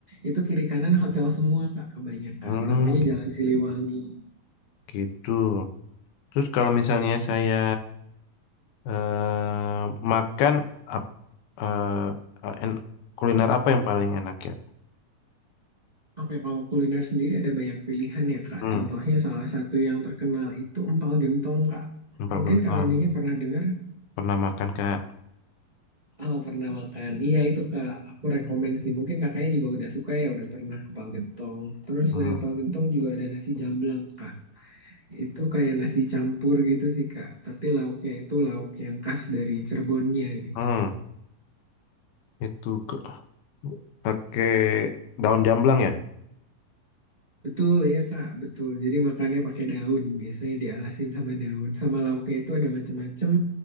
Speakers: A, on the right; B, on the left.
A: itu kiri kanan hotel semua Kak, kebanyakan.
B: hmm,
A: Namanya Jalan Siliwangi.
B: gitu Terus kalau misalnya saya eh, makan ap- eh, eh, en- kuliner apa yang paling enak ya?
A: Oke, kalau kuliner sendiri ada banyak pilihan ya, Kak.
B: Hmm,
A: Contohnya salah satu yang terkenal itu empal gentong, Kak.
B: empal
A: Mungkin
B: gentong.
A: Karoninya pernah dengar?
B: Pernah makan Kak?
A: Oh, pernah makan. Iya, itu Kak. Aku rekomen sih. Mungkin kakaknya juga udah suka ya, udah pernah empal gentong. Terus
B: Hmm.
A: selain empal gentong juga ada nasi jamblang, Kak. Itu kayak nasi campur gitu sih, Kak. Tapi lauknya itu lauk yang khas dari Cirebonnya gitu.
B: Hmm, itu ke pakai daun jamblang ya?
A: Betul ya Kak, betul. Jadi makannya pakai daun, biasanya dialasin sama daun. Sama lauknya itu ada macam-macam,